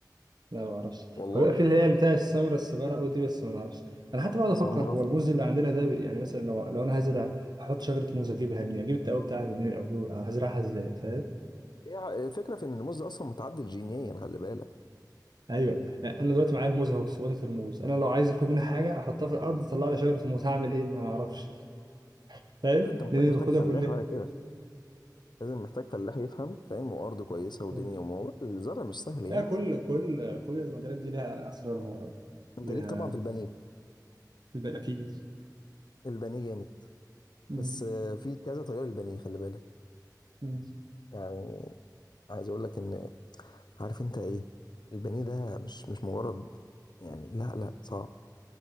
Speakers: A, on the right; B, on the left.
A: لا ما اعرفش
B: والله
A: هو بيبقى في اللي هي بتاع السمرة الصغيرة قوي دي بس ما اعرفش انا حتى بقعد افكر
B: سمرة
A: هو الموز اللي عندنا ده يعني مثلا لو لو انا هزرع احط شجرة موز اجيبها منين اجيب التقوي بتاعها منين او هزرعها ازاي فاهم
B: هي ع- الفكره في ان الموز ده اصلا متعدل جينيا خلي بالك
A: ايوه يعني انا دلوقتي معايا الموز اهو سبوتة الموز انا لو عايز اخد منها حاجة احطها في الارض تطلع لي شجرة موز هعمل ايه ما اعرفش فاهم
B: ده انت محتاج
A: لان اللي
B: محتاج
A: باخدها
B: فلاح
A: كلها
B: بقى كده لازم محتاج فلاح يفهم فاهم وارض كويسه ودنيا
A: آه.
B: وموضوع الزرع مش سهل يعني
A: لا كل كل كل المجالات دي لها اسرارها
B: انت
A: لها
B: ليك طبعا في البانيه
A: الباقي اكيد
B: البانيه جامد
A: مم.
B: بس آه، في كذا طريقه للبانيه خلي بالك
A: مم.
B: يعني عايز اقول لك ان عارف انت ايه البانيه ده مش مش مجرد يعني لا لا صعب